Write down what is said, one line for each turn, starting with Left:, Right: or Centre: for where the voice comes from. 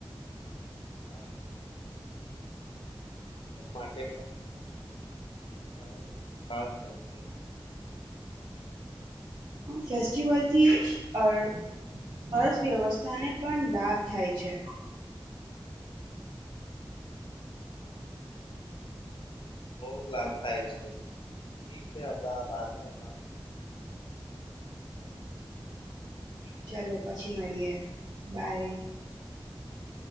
Left: હા છે ખેડૂતો માટે પણ ઘણા ઉત્સાહો ખાસ હોય છે.
Right: ફેસ્ટિવલથી અર અર્થવ્યવસ્થાને પણ લાભ થાય છે.
Left: બઉ લાભ થાય છે ઠીક છે હમણાં બાદમે બાત કરીશ.
Right: ચલો પછી મળીએ બાય.
Left: હા